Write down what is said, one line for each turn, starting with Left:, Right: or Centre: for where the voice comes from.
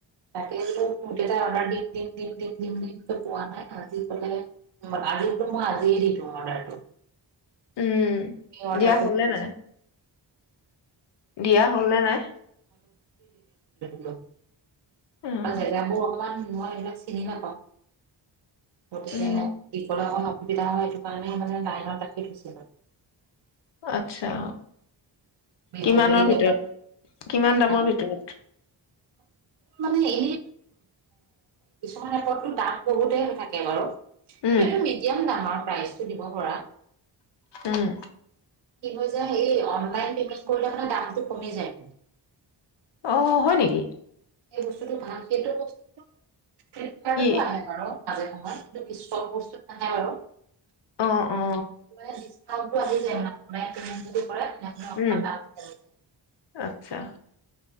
Right: তাকেই বোলো মূৰ্তি এটা অৰ্ডাৰ দিম দিম দিম দিম দিম দিমকে পোৱা নাই আজি পালে আজি বোলো মই আজিয়ে দি দিওঁ অৰ্ডাৰটো
Left: উম
Right: সেই অৰ্ডাৰটো
Left: দিয়া হ'ল
Right: দি
Left: নে
Right: দিছো
Left: নাই দিয়া হ'ল নে নাই
Right: <inaudible> <unintelligible>
Left: উম
Right: তাৰ জেগাবোৰ অকমান মই একদম চিনি নাপাওঁ গতিকে
Left: উম
Right: দীঘল অক অসুবিধা হয় সেইটো কাৰণে মানে লাইনত ৰাখি থৈছিলোঁ
Left: আচ্ছা
Right: বিহু
Left: কিমানৰ
Right: বুলি ক'লে
Left: ভিতৰত কিমান দামৰ
Right: হা
Left: ভিতৰত
Right: মানে এনে কিছুমান এপতো দাম বহুতে থাকে বাৰু এইটো
Left: উম
Right: এইটো মিডিয়াম দাম আৰু প্ৰাইচটো দিব পৰা
Left: উম
Right: লন কৰিলে মানে দামটো কমি যায়
Left: অ হয় নেকি
Right: এই বস্তুটো ভাল সেইটো বস্তুটো ফ্লিপকাৰ্টতো
Left: কি
Right: আহে বাৰু মাজে সময়ত কিন্তু কি ছব বস্তু নাহে বাৰু
Left: অ অ
Right: সেইটো মানে <unintelligible>
Left: উম,
Right: দামটো কমি যায়
Left: আচ্ছা।